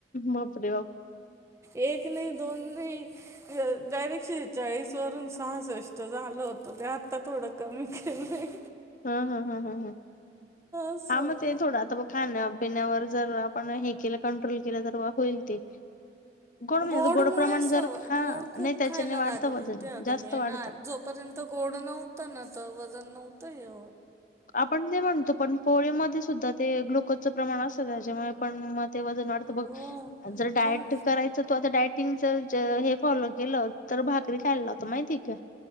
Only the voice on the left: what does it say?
बापरे बाप
हम् हम् हम हम हम
हा मग ते थोडा आता खाण्या पिण्यावर जर आपण हे के कंट्रोल के तर होईल ते म्हणजे
आता
प्रमाण
जर हा
नाही त्याच्याने
वाढतं
वजन
जास्त
वाढतं.
आपण ते म्हणतो पण पोळीमध्ये सुद्धा ते ग्लुकोजचं प्रमाण असतं त्याच्यामुळे पण म ते वजन वाटत बघ
जर डायट
करायचं त आता डायटिंग. हे फॉलो केलं तर भाकरी खायला लावत माहिती का